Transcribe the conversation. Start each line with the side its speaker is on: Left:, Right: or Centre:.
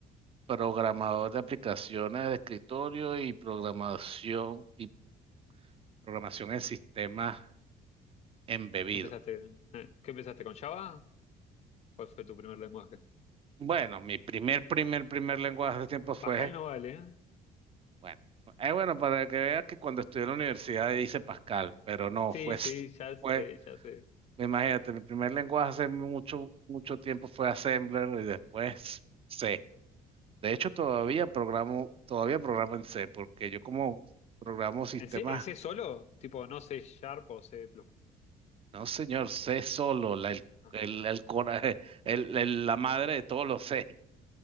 Right: programador de aplicaciones de escritorio y programación y programación en sistemas embebidos.
Left: ¿Qué empezaste? eh, ¿Qué empezaste con Java? ¿Cuál fue tu primer lenguaje?
Right: Bueno, mi primer, primer, primer lenguaje de tiempo fue,
Left: Pascal no vale, ¿eh?
Right: bueno, eh, bueno, para que veas que cuando estudié en la universidad hice Pascal, pero no,
Left: Sí,
Right: fue,
Left: sí, ya sé,
Right: fue,
Left: ya sé.
Right: Imagínate, mi primer lenguaje hace mucho, mucho tiempo fue Assembler y después C. De hecho, todavía programo, todavía programo en C, porque yo como programo sistemas,
Left: ¿En C, en C solo? Tipo, no C Sharp o C++.
Right: no señor, C solo, la, el,
Left: Ajá.
Right: el, el cora- <laughs> el- el- la madre de todos los C.